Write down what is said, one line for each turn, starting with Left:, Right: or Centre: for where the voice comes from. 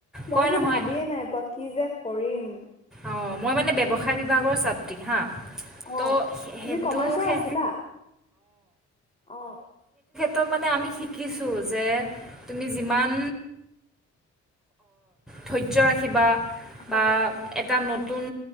Left: মই
Centre: কয়
Left: যে
Centre: নহয়
Left: ভাবিয়ে নাই পোৱা কি যে কৰিম
Centre: অ মই মানে ব্যৱসায় বিভাগৰ ছাত্ৰী হা
Left: অ
Centre: তো সেইটো
Left: তুমি কমাৰ্চৰ
Centre: সে
Left: আছিলা অ
Centre: ত মানে আমি শিকিছোঁ যে তুমি যিমান ধৈৰ্য্য ৰাখিবা বা
Left: হয়
Centre: এটা নতুন